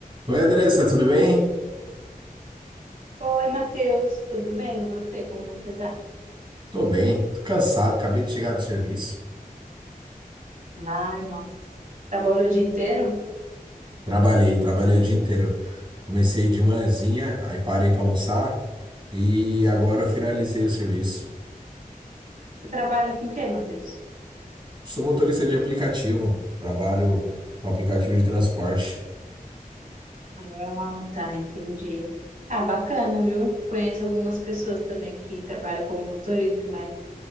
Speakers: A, on the right; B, on the right.
A: Oi, Andressa, tudo bem?
B: Oi, Matheus, tudo bem? E você, como você tá?
A: Tô bem, tô cansado, acabei de chegar do serviço.
B: Ai, nossa. Trabalhou o dia inteiro?
A: Trabalhei, trabalhei o dia inteiro. Comecei de manhãzinha, aí parei pra almoçar e agora eu finalizei o serviço.
B: Você trabalha com o quê, Matheus?
A: Sou motorista de aplicativo, trabalho com aplicativo de transporte.
B: Ah, tá, entendi. Ah, bacana, viu? Conheço algumas pessoas também que trabalham como motorista, mas